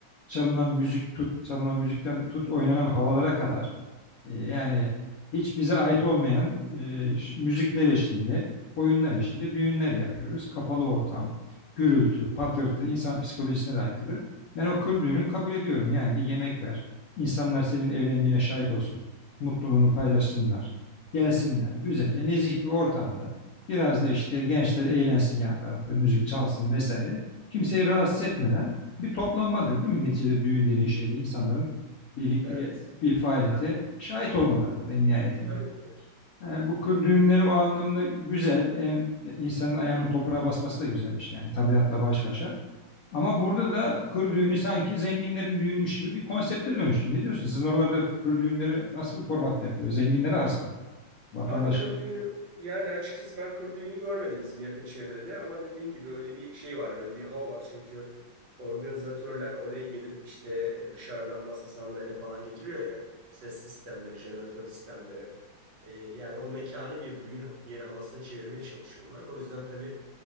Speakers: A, on the left; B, on the right.
A: çalınan müzik tut, çalınan müzikten tut oynanan havalara kadar e, Yani hiç bize ait olmayan e, ş- müzikler eşliğinde, oyunlar eşliğinde düğünler yapıyoruz. Kapalı ortam, gürültü, patırtı, insan psikolojisine de aykırı. Ben o kır düğünü kabul ediyorum. Yani bir yemek ver. İnsanlar senin evlendiğine şahit olsun. Mutluluğunu paylaşsınlar. Gelsinler. Güzelce nezih bir ortamda. Biraz da işte gençler eğlensin yan tarafta. Müzik çalsın vesaire. Kimseyi rahatsız etmeden bir toplanmadır değil mi? Neticede düğün dediğin şeyde insanların birlikte
B: Evet.
A: bir faaliyete
B: Tabii.
A: şahit olmalarıdır en nihayetinde.
B: Tabii ki.
A: Yani bu kır düğünleri o anlamda güzel. En- e, insanın ayağının toprağa basması da güzel bir şey yani tabiatla baş başa. Ama burada da kır düğünü sanki zenginlerin düğünüymüş gibi bir konsepte dönüştü. Ne diyorsun? Sizin oralarda kır düğünleri nasıl bir formatta yapılıyor? Zenginlere has mı? Vatandaş
B: Abi kır düğünü yani açıkçası ben kır düğünü görmedim bizim yakın çevrede ama dediğin gibi öyle bir şey var, öyle bir hava var. Çünkü organizatörler oraya gelip işte e, dışarıdan masa sandalye falan getiriyor ya. Ses sistemleri, jeneratör sistemleri. Ee, yani o mekanı bir düğün yeri havasına çevirmeye çalışıyorlar. O yüzden tabii